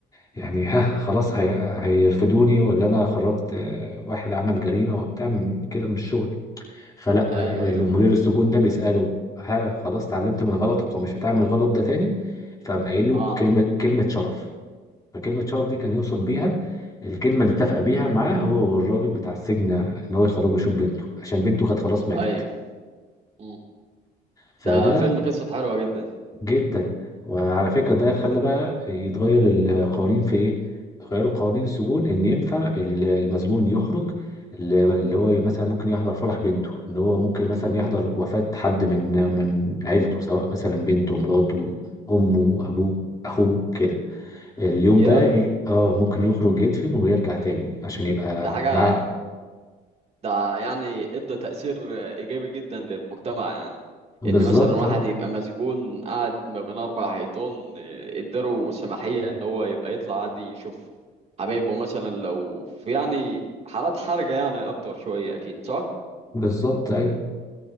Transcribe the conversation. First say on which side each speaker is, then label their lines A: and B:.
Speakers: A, on the left (about 20°); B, on the right (about 40°).
A: يعني <laughs> ها خلاص هي... هيرفدوني ولا انا خرجت آه، واحد عمل جريمة وبتاع من كده من الشغل فلا
B: ايوه
A: آه،
B: ايوه
A: المدير
B: فاهم
A: السجون ده بيسأله ها خلاص اتعلمت من غلطك ومش هتعمل غلط ده تاني فقام قايل له
B: اه
A: كلمة كلمة شرف فكلمة شرف دي كان يوصل بيها الكلمة اللي اتفق بيها معاه هو والراجل بتاع السجن ان هو يخرجه يشوف بنته عشان بنته كانت خلاص ماتت
B: ايوه مم.
A: فده
B: ده فيلم قصته حلوه جدا
A: جدا وعلى فكرة ده خلى بقى يتغير القوانين في ايه؟ غيروا قوانين السجون ان ينفع ال- المسجون يخرج ل- اللي هو مثلا ممكن يحضر فرح بنته ان هو ممكن مثلا يحضر وفاة حد من من عيلته سواء مثلا بنته مراته امه ابوه اخوه كده اليوم
B: ياه
A: ده ي- اه ممكن يخرج يدفن ويرجع تاني عشان يبقى
B: ده حاجه
A: مع
B: ده يعني ادى تأثير إيجابي جدا للمجتمع يعني
A: بالظبط
B: إن مثلا واحد
A: آه،
B: يبقى مسجون قاعد ما بين أربع حيطان آه، اداله سماحية إن هو يبقى يطلع عادي يشوف حبايبه مثلا لو في يعني حالات حرجة يعني أكتر شوية أكيد صح؟
A: بالظبط ايوه